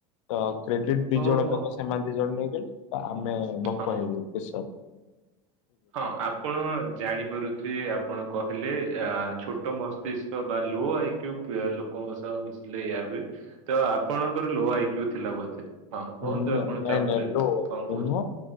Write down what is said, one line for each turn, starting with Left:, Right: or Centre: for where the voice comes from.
Left: ତ କ୍ରେଡିଟ ଦି
Right: ଓହୋ
Left: ଜଣ ତକ ସେମାନେ ଦି ଜଣ ନେଇଗଲେ ତ ଆମେ ଭୋକୁଆ
Right: ହଁ।
Left: ହେଇଗଲୁ ବେଶ।
Right: ହଁ ଆପଣ ଜାଣିପାରୁଥିବେ ଆପଣ କହିଲେ ୟା ଛୋ ଟ ମସ୍ତିଷ୍କ ବାଲୁ ଆଇ କ୍ୟୁ ଲୋକଙ୍କ ସହ ମିଶିଲେ ଏୟା ହୁଏ ତ ଆପଣଙ୍କର ଲୌ ଆଇକ୍ୟୁ ଥିଲା ବୋଧେ? ହଁ କୁହନ୍ତୁ
Left: ହୁଁ
Right: ଆପଣ
Left: ନାଇଁ
Right: ତାପରେ
Left: ନାଇ ଲୁୁହ
Right: କଣ କହୁଛନ୍ତି